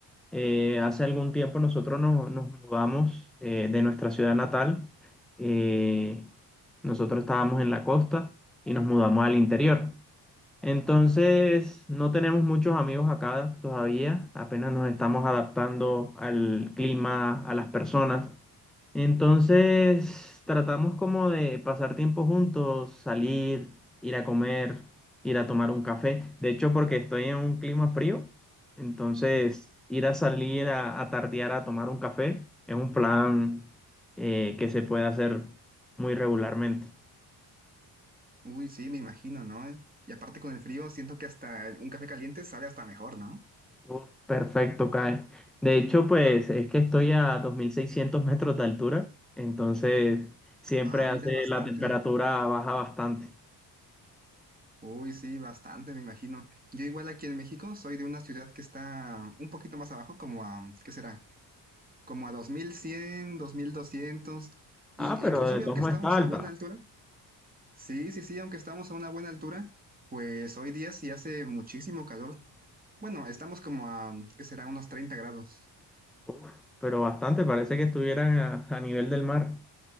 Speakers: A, in the centre; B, on the right (about 20°).
A: Eh, hace algún tiempo nosotros nos, nos mudamos eh, de nuestra ciudad natal. Eh, nosotros estábamos en la costa y nos mudamos al interior. Entonces, no tenemos muchos amigos acá todavía, apenas nos estamos adaptando al clima, a las personas. Entonces, tratamos como de pasar tiempo juntos, salir, ir a comer, ir a tomar un café. De hecho, porque estoy en un clima frío, entonces
B: Ujú.
A: ir a salir a, a tardear a tomar un café es un plan eh, que se puede hacer muy regularmente.
B: Uy, sí, me imagino, ¿no? Eh, Y aparte con el frío, siento que hasta el- un café caliente sabe hasta mejor, ¿no?
A: Uf, perfecto, Kai. De hecho, pues es que estoy a 2600 metros de altura, entonces siempre
B: Ah,
A: hace
B: mira, bastante.
A: la temperatura baja bastante.
B: Uy, sí, bastante, me imagino. Yo igual aquí en México soy de una ciudad que está un poquito más abajo, como a, ¿qué será? como a dos dos mil cien, dos mil doscientos y,
A: Ah, pero
B: e inclusive
A: de todos
B: aunque
A: modos
B: estamos
A: está alta.
B: a buena altura, sí, sí, sí, aunque estamos a una buena altura, pues hoy día sí hace muchísimo calor. Bueno, estamos como a, ¿qué será? Unos 30 grados.
A: Uf, pero bastante, parece que estuvieran a, a nivel del mar.